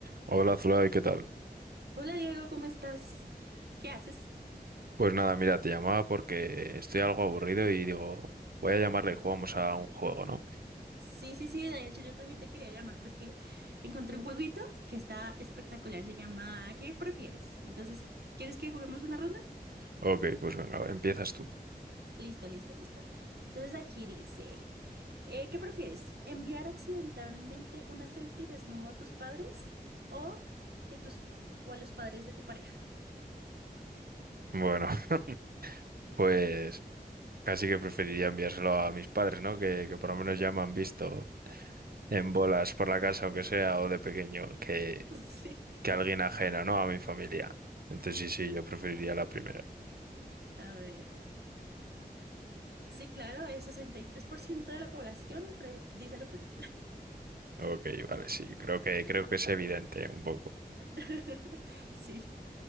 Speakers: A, on the right (about 65°); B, on the right (about 85°).
A: Hola Zulay, ¿qué tal?
B: Hola Diego, ¿cómo estás? ¿Qué haces?
A: Pues nada, mira, te llamaba porque estoy algo aburrido y digo, voy a llamarle y jugamos a un juego, ¿no?
B: Sí, sí, sí, de hecho yo también te quería llamar porque encontré un jueguito que está espectacular, se llama ¿Qué prefieres? Entonces, ¿quieres que juguemos una ronda?
A: Ok, pues venga, empiezas tú.
B: Listo, listo, listo. Entonces aquí dice, eh, ¿qué prefieres? ¿Enviar accidentalmente una selfie desnudo a tus padres o que tus o a los padres de tu pareja?
A: Bueno, <laughs> pues casi que preferiría enviárselo a mis padres, ¿no? Que, que por lo menos ya me han visto en bolas por la casa, aunque sea, o de pequeño, que,
B: <laughs> Sí, claro.
A: que alguien ajeno, ¿no? A mi familia. Entonces sí, sí, yo preferiría la primera.
B: A ver. Sí, claro, el 63% de la población pre- dice lo tuyo.
A: Ok, vale, sí, creo que, creo que es evidente un poco.
B: <laughs> Sí.